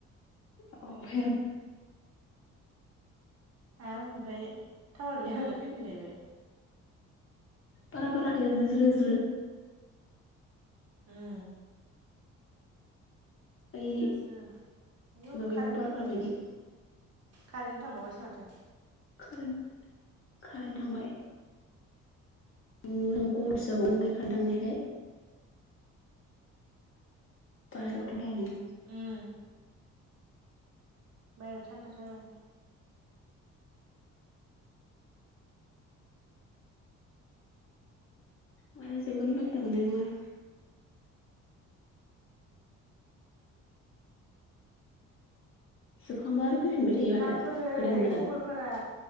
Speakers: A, on the left (about 45°); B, on the right (about 55°).
A: <unintelligible>
B: आरो ओमफफाय टावार गैयाबालाय फैफिनलायबाय
A: पारा फाराखरनो ज्रो ज्रो
B: <unintelligible>
A: ओइ
B: ज्रो ज्रो आयौ
A: माबायाव
B: कारेेनटबो
A: बारग्रा
B: थांबावोसो
A: बायदि
B: थांबावबायसो माथो
A: <unintelligible> कारेन्ट थांबाय खारेन‌ <unintelligible> थांनायखाय बाहेराव <unintelligible>
B: उम बाहेराव थान्दाथ' आरो
A: माला जोबगोन फादथा मोन्नाय नङा जोबखांबा आरो फैफिनबाय थायो माथो
B: माबोरै
A: गोदान गोदान
B: खबरफोरा